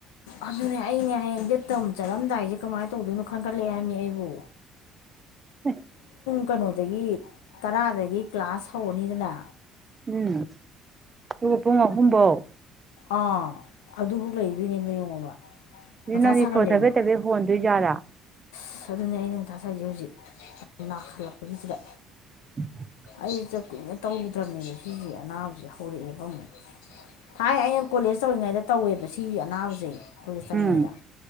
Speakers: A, on the left; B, on the right.
A: ꯑꯗꯨꯅꯦ ꯑꯩꯅꯦ ꯍꯌꯦꯡ ꯕꯦꯠ ꯇꯝ ꯆꯠꯔꯝꯗꯥꯏꯁꯦ ꯀꯃꯥꯏꯅ ꯇꯧꯗꯣꯏꯅꯣ ꯈꯟꯒꯠꯂꯛꯑꯦ ꯍꯥꯏꯕꯃꯤ ꯑꯩꯕꯨ
B: <unintelligible>
A: ꯀꯩꯅꯣꯗꯒꯤ ꯇꯔꯥꯗꯒꯤ ꯀ꯭ꯂꯥꯁ ꯍꯧꯔꯅꯤꯗꯅ
B: ꯎꯝ ꯑꯗꯨꯒ ꯄꯨꯨꯝ ꯑꯍꯨꯝꯕꯧ
A: ꯑꯥ ꯑꯗꯨꯕꯧ ꯂꯩꯗꯣꯏꯅꯦꯕ ꯌꯦꯡꯉꯣꯕ
B: ꯑꯗꯨ
A: ꯃꯊꯥ
B: ꯅꯪꯗꯤ
A: ꯁꯥꯒꯠꯂꯦꯕ
B: ꯁꯣꯔ ꯊꯕꯦꯠ ꯊꯕꯦꯠ ꯍꯣꯟꯗꯣꯏꯖꯥꯔꯥ
A: ꯑꯁ ꯑꯗꯨꯅꯦ ꯑꯩꯅ ꯃꯊꯥ ꯁꯥꯢꯖꯦ ꯍꯧꯖꯤꯛ ꯅꯥꯈꯜꯂꯛꯄꯁꯤꯗ
B: <unintelligible>
A: ꯑꯌꯨꯛꯇ ꯀꯨꯏꯅ ꯇꯧꯔꯨꯗꯕꯅꯦꯕ ꯁꯤꯁꯦ ꯑꯅꯥꯕꯁꯤꯦ ꯍꯧꯔꯛꯑꯦꯕ ꯑꯃꯨꯛ ꯊꯥꯏ ꯑꯩꯅ ꯀꯣꯂꯦꯖ ꯇꯧꯔꯤꯉꯩꯗ ꯇꯧꯋꯦꯕ ꯁꯤ ꯅꯥꯎꯖꯩ ꯀꯂꯤꯁ ꯇꯃꯤꯅꯦꯗ
B: ꯎꯝ